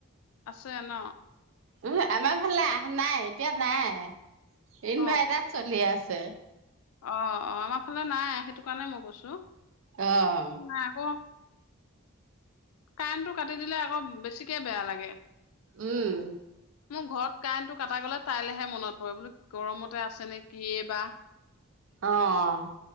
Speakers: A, on the left (about 80°); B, on the right (about 65°).
A: আছে ন'।
B: উ আমাৰ ফালে আহা নাই, এতিয়া নাই। ইনভাইতাৰাত
A: অ
B: চলি আছে।
A: অ <unintelligible> নাই সেইটো কাৰণে মই কৈছোঁ।
B: অ'
A: <unintelligible> কাৰেণ্টটো কাটি দিলে আকৌ বেছিকে বেয়া লাগে।
B: উম।
A: মোৰ ঘৰত কাৰেণ্টটো কটা গলে তাইলেহে মনত পৰে বোলো গৰমতে আছে নে কি এ বা।
B: অ'।